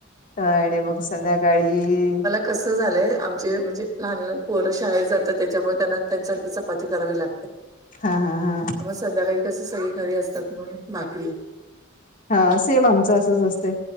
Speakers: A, on the left; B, on the right.
A: आणि मग संध्याकाळी
B: कस झालय आमचे म्हणजे लहान लहान पोर शाळेत जातात. त्याच्यामुळे त्यांना त्यांसाठीच चपाती करावी लागते.
A: हा हा हा
B: मग संध्याकाळी कस सगळी घरी असतात म्हणून भाकरी
A: हा सेम आमच असच असतय.